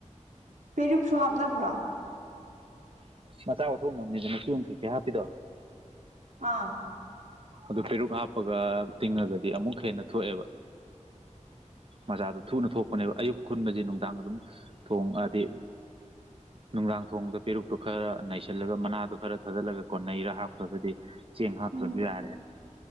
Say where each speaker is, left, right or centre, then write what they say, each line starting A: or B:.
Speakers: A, on the right (about 80°); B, on the right (about 45°).
A: ꯄꯦꯔꯨꯛꯁꯨ ꯍꯥꯞꯅꯕ꯭ꯔꯣ꯫
B: ꯃꯆꯥ ꯑꯣꯊꯣꯛꯅꯕꯅꯤꯗꯅ <unintelligible> ꯀꯩꯀꯩ ꯍꯥꯞꯄꯤꯗꯣ꯫
A: ꯑꯥ꯫
B: ꯑꯗꯨ ꯄꯦꯔꯨꯛ ꯍꯥꯞꯄꯒ ꯇꯤꯡꯉꯒꯗꯤ ꯑꯃꯨꯛ ꯍꯦꯟꯅ ꯊꯣꯛꯑꯦꯕ꯫ ꯃꯆꯥꯥꯗꯣ ꯊꯨꯅ ꯊꯣꯛꯄꯅꯦꯕ ꯑꯌꯨꯛ ꯈꯨꯟꯕꯁꯦ ꯅꯨꯡꯗꯥꯡ ꯑꯗꯨꯝ ꯊꯣꯡ ꯑꯗꯤ ꯅꯨꯡꯗꯥꯡ ꯊꯣꯡꯕꯗ ꯄꯦꯔꯨꯛꯇꯨ ꯈꯔ ꯅꯩꯁꯤꯜꯂꯒ ꯃꯅꯥꯗꯣ ꯈꯔ ꯊꯥꯖꯤꯜꯂꯒ ꯀꯣꯟ ꯅꯩꯔ ꯍꯥꯞꯈ꯭ꯔꯒꯗꯤ꯫ ꯆꯦꯡ ꯍꯥꯠꯇ꯭ꯔꯁꯨ
A: ꯎꯝ
B: ꯌꯥꯔꯦ꯫